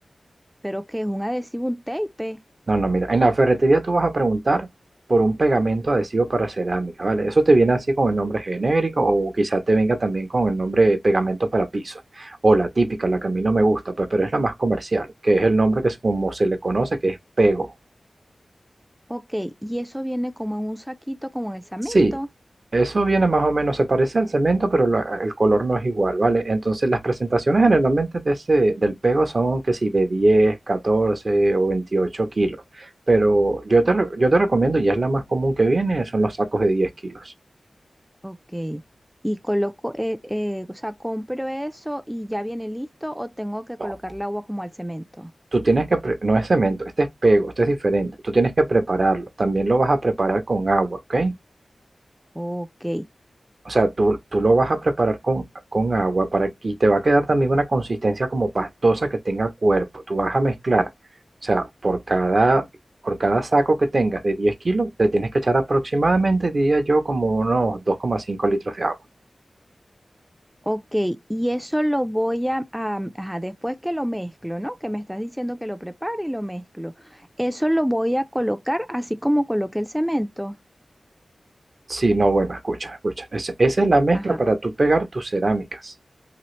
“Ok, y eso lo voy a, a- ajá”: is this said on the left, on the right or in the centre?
Centre